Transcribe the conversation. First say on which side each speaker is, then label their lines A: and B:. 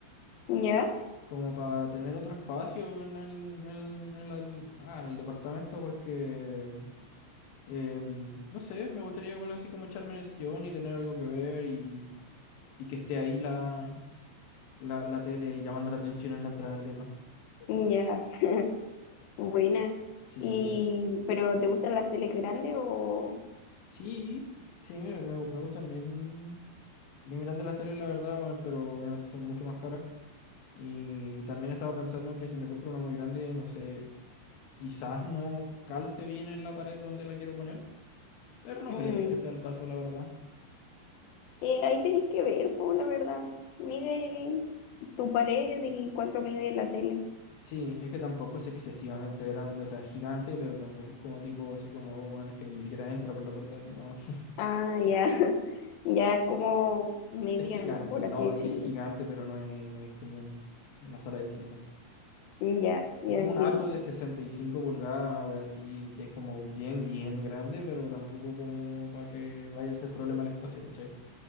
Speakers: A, on the left; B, on the left.
A: ¿Ya?
B: como para tener otro espacio en el, en el- en el- ah, en el departamento, porque, em, no sé, me gustaría igual así como echarme en el sillón y tener algo que ver y, y que esté ahí la, la, la tele y llamando la atención en la entrada del depa.
A: Ya. <laughs> Buena.
B: Sí,
A: Y, ¿pero te gustan las teles grandes o...?
B: sí, sí, me, me me gustan bien, bien grandes las teles, la verdad, weón, pero obviamente son mucho más caras. Y también estaba pensando que si me compro una muy grande, no sé, quizás no calce bien en la pared donde la quiero poner, pero no
A: Mm,
B: creo que sea el caso, la verdad.
A: eh, ahí tenés que ver, pues la verdad. Mide tu pared y cuánto mide la tele.
B: Sí, es que tampoco es excesivamente grande, o sea, es gigante, pero tampoco es como tipo así como, oh, bueno, es que ni siquiera entra por la puerta, no. <laughs>
A: Ah, ya, <laughs> ya como mediana,
B: Es gigante,
A: por
B: no,
A: así decirlo.
B: sí, es gigante, pero no es, no es como un- una sala de cine tampoco.
A: Ya, ya
B: Es como
A: entiendo.
B: un- algo de 65 pulgadas, una wea así, que es como bien, bien grande, pero tampoco como para que vaya a ser problema el espacio, ¿cachai?